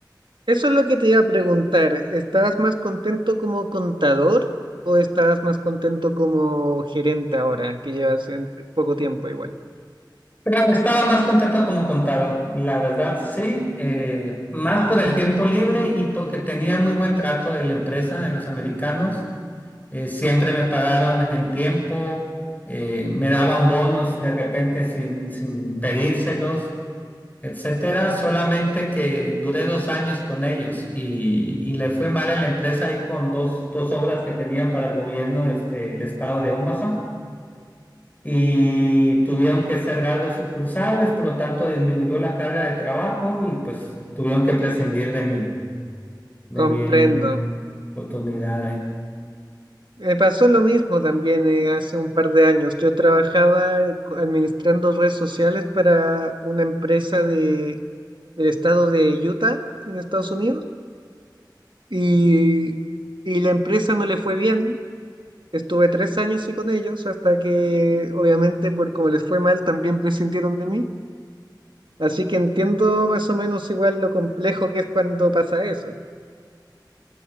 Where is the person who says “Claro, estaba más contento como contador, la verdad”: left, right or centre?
Left